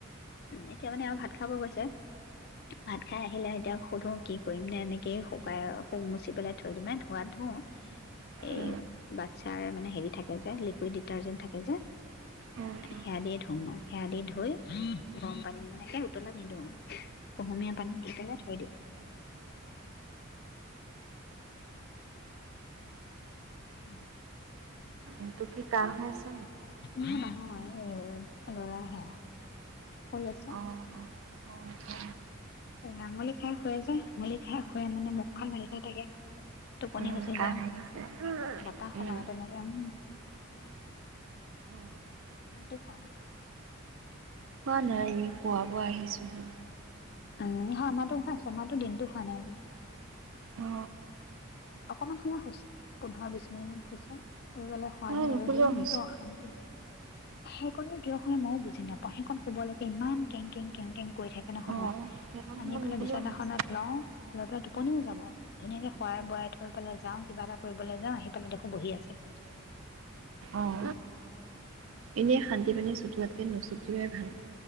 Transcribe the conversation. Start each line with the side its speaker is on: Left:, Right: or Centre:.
Left: এতিয়া মানে আৰু ভাত খাব গৈছে ভাত খাই আহিলে এতিয়া সুধো কি কৰিম নে এনেকেই শুকাই শু মুচি পেলাই থৈ দিো মে ধোৱাত ধো এই
Right: অ
Left: বাচ্ছাৰ মানে হেৰি থাকে যে লিকুইড ডিটাৰজেন্ট থাকে যে
Right: অ অ
Left: সেয়া দিয়ে ধও মই সেয়া দি ধুই গৰম পানী মানেকে উতলা নিদিওঁ কুহুমীয়া পানী দি পেলাই থৈ দিওঁ উম
Right: ন্তটো কি কাহ আ
Left: নহয় এই লৰাহে কৰি <unintelligible>
Right: অ অ অ অ
Left: আঙুলি খাই শুৱে যে আঙুলি খাই শুুৱে মানে মুখখন নালকাই থাকে টোপনি
Right: উম
Left: গুচি
Right: কাহ
Left: যায়
Right: হৈ আছে
Left: টা সোমায়
Right: উম
Left: তেনেকে উম
Right: অ
Left: দিনটো খোৱা নাই
Right: হোৱা নাই খুৱাব আহিছোহি
Left: উম আমাৰো খোৱাাই আছে আমাৰো দিনতটো খোৱা নাই আজি
Right: অ অ
Left: অকমান সময় হৈছে পোন্ধৰ বিশ মিনিট মান হৈছে। শুৱা
Right: তাই
Left: নাই
Right: নুশুলেও
Left: আৰু দিনটো
Right: হৈছে
Left: অশান্তি। সেইকনো কিয় হয় মইও বুজি নাপাওঁ সেইখন শুব লাগে ইমান কেং কেং কেং কেং কৰি থাকে নহয়।
Right: অ সেইকণ
Left: আনি
Right: সময়
Left: পেলাই
Right: নুশুলেও
Left: বিচনাখনত
Right: হয়
Left: লওঁ। লৈ পেলাই টোপনিও যাব ধুনীয়াকে। খোৱাই বোৱাই। যাওঁ কিবা এটা কৰিবলৈ যাওঁ আহি পেলাই দেখো বহি আছে।
Right: অঁ এনেই শান্তি পানী ছটোৱাতকৈ নচটিওৱাই ভাল।